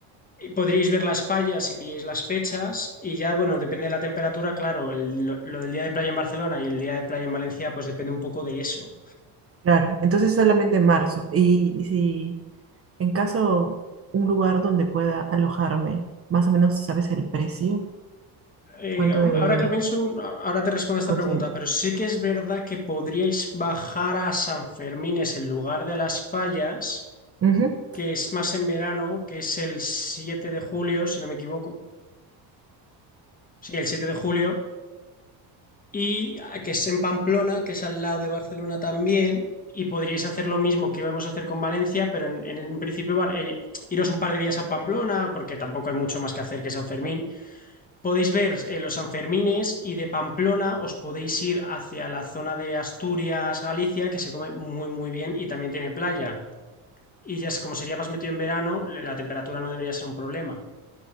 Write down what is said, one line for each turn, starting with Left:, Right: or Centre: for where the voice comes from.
Left: y podríais ver las fallas y pilláis las fechas y ya, bueno, depende de la temperatura, claro, el- lo, lo del día de playa en Barcelona y el día de playa en Valencia, pues depende un poco de eso.
Right: Claro, entonces solamente en marzo. Y, y si En caso, un lugar donde pueda alojarme, más o menos sabes el precio,
Left: Eh,
Right: cuánto
Left: hom-
Right: debería
Left: ahora que lo pienso, ahora te respondo a esta
Right: considerar.
Left: pregunta, pero sí que es verdad que podríais bajar a San Fermines en lugar de las fallas,
Right: Ujú.
Left: que es más en verano, que es el 7 de julio, si no me equivoco. Sí, el 7 de julio. y ah, que es en Pamplona, que es al lado de Barcelona también, y podríais hacer lo mismo que íbamos a hacer con Valencia, pero en, en, en principio va- eh, iros un par de días a Pamplona, porque tampoco hay mucho más que hacer que San Fermín. Podéis ver eh, los Sanfermines y de Pamplona os podéis ir hacia la zona de Asturias, Galicia, que se come muy, muy bien y también tiene playa. Y ya es- como sería más metido en verano, la temperatura no debería ser un problema.